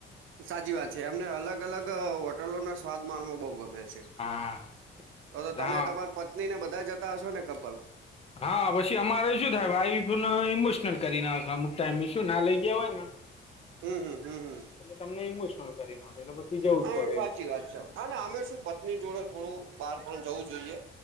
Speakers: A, on the right; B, on the left.
A: સાચી વાત છે, એમને અલગ અલગ, હોટલોના સ્વાદ માણવો બઉ ગમે છે.
B: હા
A: તો તો તમે
B: હા
A: તમાર પત્ની ને બધા જતા હશો ને કપલ!
B: હા પશી અમારે શું થાય, વાઇફ ન ઇમોશનલ કરી નાખ અમુક ટાઈમે શું ના લઇ ગયા હોય ને!
A: હમહમ, હમહમ,
B: એટલે તમને ઇમોશનલ કરી નાખે એટલે પછી જવું
A: હા
B: જ પડે
A: ઇ સાચી
B: એમ
A: વાત છે. હા અને શું પત્ની જોડે થોડું બહાર પણ જવું જોઈએ